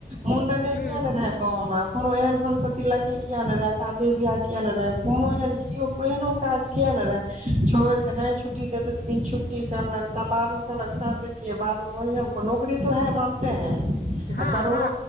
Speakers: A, on the right; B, on the left.
A: मुंडने
B: हू
A: किया ने रहे गाँव मे कोनो एहन फनसती लके किया ने रहे शादे बियाह किया ने रहे कोनो एहन केओ केहनो काज किया रहय छोड़ देनाय नहि छुट्टी देे छुट्टीलक त बाद मे कहलक सर देखिये बाद मे ओही नौकरी तो है मानते है
B: हँ
A: करोड़ो
B: हँ